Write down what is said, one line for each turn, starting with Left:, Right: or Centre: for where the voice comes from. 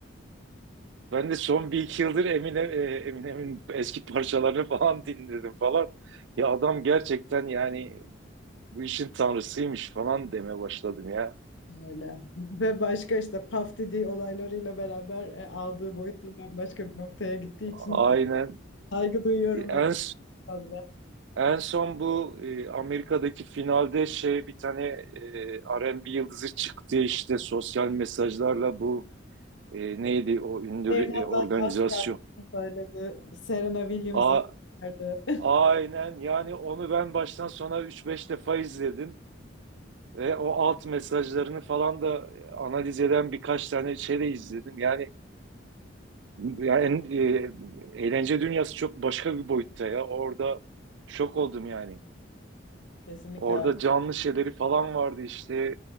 Right: Ben de son bir iki yıldır Emine, e, Eminem'in eski parçalarını falan <laughs> dinledim falan. Ya adam gerçekten yani bu işin tanrısıymış falan deme başladım ya.
Left: Öyle. Ve başka işte Puff Daddy olaylarıyla beraber e, aldığı boyut da bambaşka bir noktaya gittiği için
Right: Aynen.
Left: saygı duyuyorum
Right: En,
Left: en fazla.
Right: en son bu e, Amerika'daki finalde şey bir tane e, R&B yıldızı çıktı işte sosyal mesajlarla bu e, neydi o ünlü
Left: Bernard
Right: e, organizasyon.
Left: Lac söyledi. Serena Williams'ı
Right: A,
Left: çıkardı. <laughs>
Right: Aynen yani onu ben baştan sona üç beş defa izledim ve o alt mesajlarını falan da e, analiz eden birkaç tane şey de izledim. Yani, yani e, eğlence dünyası çok başka bir boyutta ya. Orada şok oldum yani.
Left: Kesinlikle
Right: Orada
Left: öyle.
Right: canlı şeyleri falan vardı işte